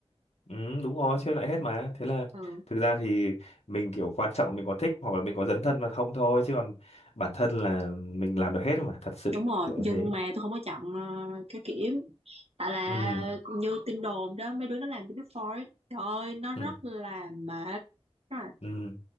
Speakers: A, on the left; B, on the right.
A: Ừ, đúng rồi, xếp lại hết mà. Thế là
B: Ừ.
A: thực ra thì mình kiểu quan trọng là mình có thích hoặc là mình có dấn thân mà không thôi chứ còn bản thân là mình làm được hết mà, thật sự
B: đúng rồi
A: kiểu như
B: nhưng
A: thế.
B: mà tôi không có chọn ờ, cái kiểm tại là
A: Ừ,
B: như tin đồn đó mấy đứa nó làm cái Big Four ấy, trời ơi nó rất
A: ừ,
B: là mệt Đúng rồi
A: ừ,